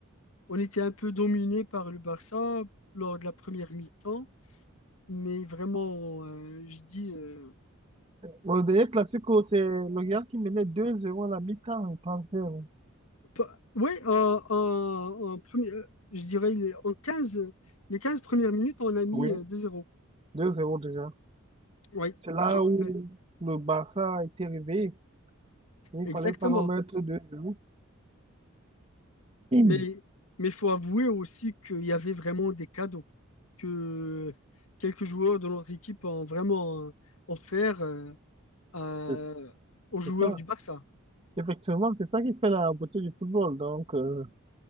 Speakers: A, on the left; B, on the right.
A: On était un peu dominé par le Barça lors de la première mi-temps, mais vraiment, euh, je dis, euh,
B: Bon, Le dernier classico, c'est le Real qui menait 2-0 à la mi-temps, je pense bien.
A: pas- ouais, en, en- en premier, euh, je dirais les- en quinze, les 15 premières minutes, on a mis
B: Oui,
A: euh, 2-0.
B: Deux zéro déjà.
A: Oui,
B: C'est là
A: je me
B: où
A: rappelle.
B: le Barça a été réveillé. Il ne
A: Exactement.
B: fallait pas en mettre deux zéro. Mm.
A: Mais mais faut avouer aussi qu'il y avait vraiment des cadeaux que quelques joueurs de notre équipe ont vraiment euh, offert euh, à-
B: C'est
A: aux joueurs
B: c'est ça.
A: du Barça.
B: Effectivement, c'est ça qui fait la beauté du football. Donc, euh,